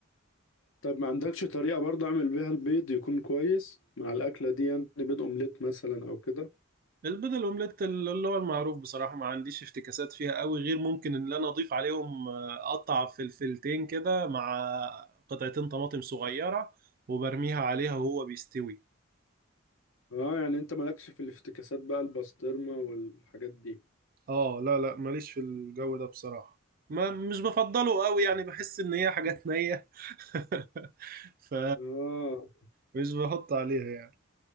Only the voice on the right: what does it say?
البيض الاومليت اللي هو المعروف بصراحه ما عنديش افتكاسات فيها قوي غير ممكن ان انا اضيف عليهم آه، اقطع فلفلتين كده مع قطعتين طماطم صغيره وبرميها عليها وهو بيستوي
اه لا لا ماليش في الجو ده بصراحة ما مش بفضله قوي يعني بحس ان هي حاجات نية <laughs> ف
مش بحط عليها يعني